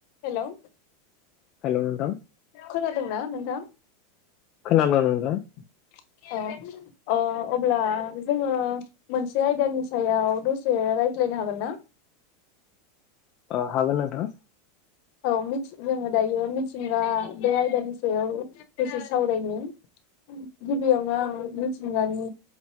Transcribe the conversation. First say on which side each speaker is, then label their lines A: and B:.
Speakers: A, on the left (about 55°); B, on the left (about 40°).
A: हेल'
B: hello नोंथां
A: खोनादोंना नोंथां <unintelligible>
B: खोनादों नोंथां
A: अ अ अब्ला जोङो मोनसे आयदानि सायाव दसे रायज्लायनो हागोन ना?
B: अ हागोन नोंथां
A: औ मिथि जोङो दायो मिथिंगा बे आयदानि सायाव दसे सावरायगोन गिबियावनो आं मिथिंगानि